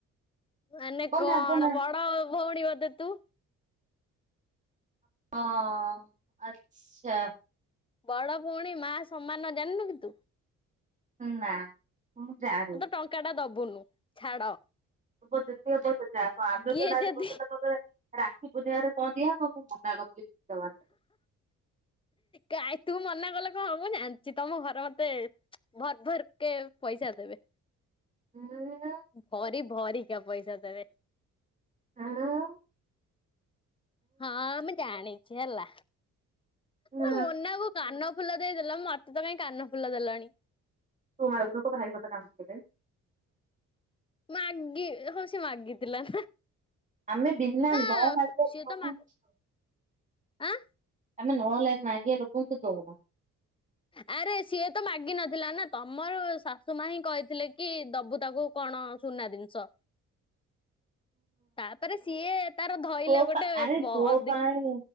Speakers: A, on the left; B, on the right.
A: ମାନେ
B: ବନା
A: କଣ
B: ବନା।
A: ବଡ ଭଉଣୀ ବୋଧେ ତୁ।
B: ହଁ ଆଚ୍ଛା।
A: ବଡ ଭଉଣୀ ମା ସମାନ ଜାଣିନୁ କି ତୁ?
B: ନା ମୁଁ ଜାଣି।
A: ଟଙ୍କାଟା ଦବୁନୁ ଛାଡ।
B: ହବ ଯେତି ହବ ସେ ଚା ତ ଆଲୋଚନା
A: କିଏ
B: ଆଜି
A: ଯଦି
B: ଗୋଟେ <unintelligible> ରାକ୍ଷୀ ପୂର୍ଣ୍ଣିମାରେ କଁ ଦିଆ ହବ ମୁଁ ମନା କରୁଚି କିଛି ଦବାନି।
A: କାଇଁ ତୁ ମନା କଲେ କଣ ମୁଁ ଜାଣିଚି ତମ ଘର ମତେ ଭର ଭର କେ ପଇସା ଦେବେ।
B: ଏଁ
A: ଭରି ଭରି କିଅ ପଇସା ଦେବେ।
B: ଆଁ
A: ହଁ ଆମେ ଜାଣିଛି ହେଲା
B: ଉଁ
A: ଏ ମନାକୁ କାନ ଫୁଲ ଦେଇଦଲ ମତେ ତ କାଇଁ କାନ ଫୁଲ ଦେଲନି।
B: ତୁ ମାଗୁନୁ ତୋ ଭାଇ ତତେ କାନ ଫୁଲି ଦେବେ।
A: ମାଗି ହଁ ସେ ମାଗିଥିଲା।
B: ଆମେ ବିନା
A: ନା
B: ନ ମାଗିଲେ ଠକୁଛି।
A: ସିଏ ତ ମା ଆଁ
B: ଆମେ ନ ଲା ମାଗିବା ଲୋକଙ୍କୁ କିଛି ଦଉନା।
A: ଆରେ ସିଏ ତ ମାଗିନଥିଲା ନା। ତମର ଶାଶୁ ମା ହିଁ କହିଥିଲେ କି ଦବୁ ତାକୁ। କଣ ସୁନା ଜିନିଷ। ତାପରେ ସିଏ ତାର ଧଇଲା
B: ତୋ
A: ଗୋଟେ ଅ
B: ଆରେ ତୋ
A: ଅଧି
B: ପାଇଁ